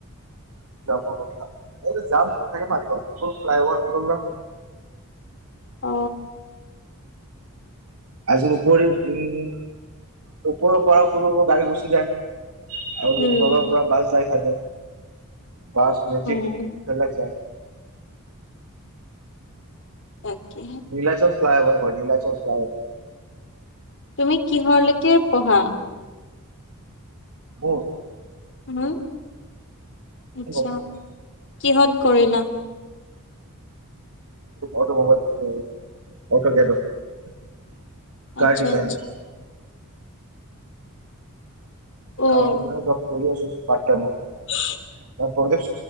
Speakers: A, on the right (about 80°); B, on the left (about 55°).
A: <unintelligible> এটো যাম নাথাকে পাৰিবা ফ্লাইঅ'ভাৰ হৈ গ'ল ন
B: অ
A: আজো উপৰিও উম ওপৰৰ পৰা সৰু সৰু গাড়ী গুচি যায়। আৰু
B: উম
A: তলৰ পৰা বাছ যাই থাকে। বাছ, মেজিক
B: উম
A: সেইবিলাক যায় ।
B: তাকে
A: নীলাচল ফ্লেলাই অভাৰত। অঁ নীলাচল ফ্লেলাই।
B: তুমি কিহৰ লৈকে পঢ়া?
A: অঁ
B: উম, আচ্ছা
A: <inaudible>
B: কিহত কৰিলা?
A: অটমোবাইল। অট কেদৌ ছাৰ্ট
B: আচ্ছা
A: ডিজাইনাৰ।
B: আচ্ছা। অ',
A: তাৰপিছত- কৰি আছো প্ৰাইমটাইমত।
B: <unintelligible>
A: অ কলেজ।